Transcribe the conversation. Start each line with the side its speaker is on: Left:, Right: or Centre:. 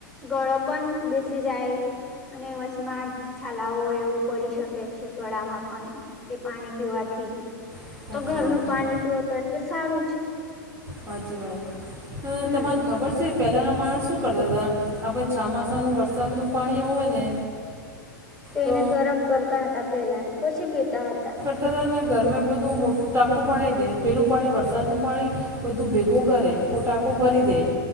Centre: ગળો પણ બેસી જાય અને વચમાં છાલાઓ એવું પડી શકે છે. ગળામાં પણ એ પાણી પીવાથી
Right: સાચી
Centre: તો ઘરનું
Right: વાત
Centre: પાણી પીવો તો એટલે સારું છે
Right: હાચી વાત અને
Centre: હમ
Right: તમાર ખબર છે પેલાંના માણસ શું કરતા તા આપણે છમાસાનું વરસાદનું પાણી હોવે ને
Centre: તેને
Right: તો
Centre: ગરમ કરતા હતા પેલા પછી પીતા હતા
Right: ત તમે ગરમે બધું મોટું ટાકું બનાઈ દે પેલું પાણી વરસાદનું પાણી બધું ભેગું કરે ઓટાકો ભરી દે